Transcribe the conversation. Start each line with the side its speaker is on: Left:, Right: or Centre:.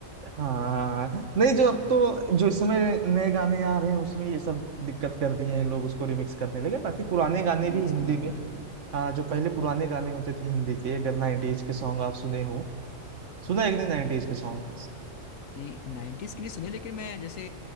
Right: हाँ नहीं जो अब तो जो इस समय नए गाने आ रहे हैं उसमें ये सब दिक्कत कर दिए हैं लोग उसको रिमिक्स करने लगे बाकी पुराने गाने
Left: रिमिक्स
Right: भी हिंदी
Left: बना
Right: में
Left: बना के
Right: हाँ जो पहले पुराने गाने होते थे हिंदी के अगर 90s के सॉन्ग आप सुने हो सुना एक दिन 90s के सॉन्ग
Left: नहीं नाइन्टीज के नहीं सुने लेकिन मैं जैसे